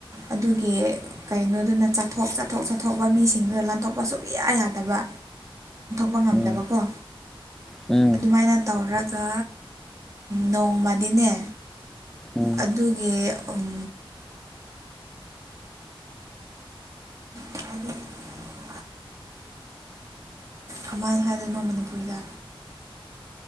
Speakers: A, on the right; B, in the centre.
A: ꯑꯗꯨꯒꯤ ꯀꯩꯅꯣꯗꯨꯅ ꯆꯠꯊꯣꯛ ꯆꯠꯊꯣꯛ ꯆꯠꯊꯣꯛꯄ ꯃꯤꯁꯤꯡꯗꯨꯗ ꯂꯥꯟꯊꯣꯛꯄ ꯁꯨꯛꯌꯥ ꯌꯥꯗꯕ ꯊꯣꯛꯄ ꯉꯝꯗꯕꯀꯣ
B: ꯎꯝ ꯎꯝ
A: ꯑꯗꯨꯃꯥꯏꯅ ꯇꯧꯔꯒ ꯅꯣꯡꯃꯅꯤꯅꯦ
B: ꯎꯝ
A: ꯑꯗꯨꯒꯤ ꯎꯝ <inaudible> ꯀꯃꯥꯏꯅ ꯍꯥꯏꯗꯣꯏꯅꯣ ꯃꯅꯤꯄꯨꯔꯤꯗ